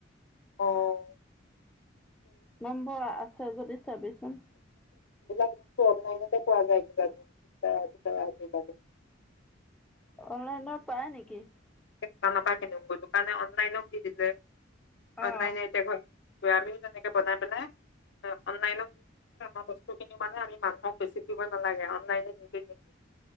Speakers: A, on the left; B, in the centre.
A: অহ।
B: নম্বৰ আছে যদি চাৰাবিচোন।
A: অনলাইনতে পোৱা যায়ে
B: অনলাইনৰ পাই।
A: দোকান পাই কিনি দোকানে অনলাইন নত দি দিলে।
B: অ
A: অনলাইনট এতিয়া হ'ল। কাৰনেকে বনাই পেলাই। অ অনলাইন। ইয়াৰ পৰা বস্তুখিনি। মানে আমি মানুহক বেছি কৰিব নালাগে অনলাইনে নিদি নিমি।